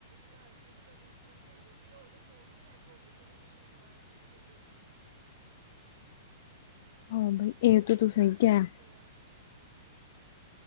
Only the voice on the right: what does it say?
ਕਾਜਲ ਦਾ ਵੇਖਿਆ ਹੀ ਹੈਗਾ ਸੀ। ਉਦੋਂ ਫੋਨ ਹੀ ਹੈਕ ਹੋ ਗਿਆ ਸੀ। ਉਹਨੇ ਕੁਛ ਮੰਗਵਾਇਆ ਸੀ ਜਦੋਂ।
ਉਦੋਂ,
ਕੇ
ਥੋੜ੍ਹਾ
ਛਾਪਾ
ਪਿਆ।